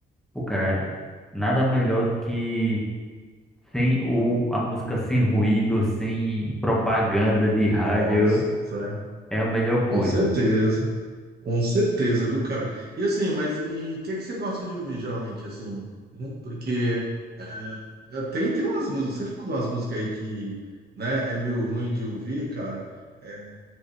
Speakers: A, in the centre; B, on the right.
A: pô, cara, nada melhor do que sem o, a música sem ruído, sem propaganda de
B: Nossa,
A: rádio,
B: hein?
A: é a melhor coisa.
B: com certeza, com certeza, viu, cara? E assim, mas e o que é que você gosta de ouvir geralmente, assim, né? Porque é, tem, tem umas músicas, você falou de umas músicas aí que, né, é meio ruim de ouvir, cara, é,